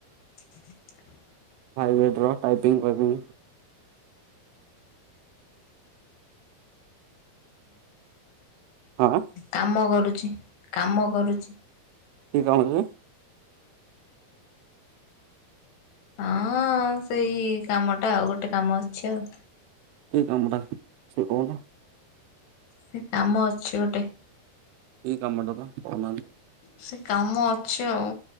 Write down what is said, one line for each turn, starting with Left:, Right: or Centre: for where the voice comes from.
Left: <inaudible>
Right: ଭାଇବ୍ରେଟ୍ ର ଟାଇପିଙ୍ଗ ଫାଇପିଙ୍ଗ। ହଁ
Left: କାମ କରୁଚି। କାମ କରୁଚି।
Right: କି କାମ କି?
Left: ହଁ ସେଇ କାମଟା ଆଉ ଗୋଟେ କାମ ଅଛି ଆଉ।
Right: କି କାମଟା ସେଇଟା କହୁନ।
Left: ସେ କାମ ଅଛି ଗୋଟେ।
Right: କି କାମଟା ତ କହୁନାହାନ୍ତି।
Left: ସେ କାମ ଅଛି ଆଉ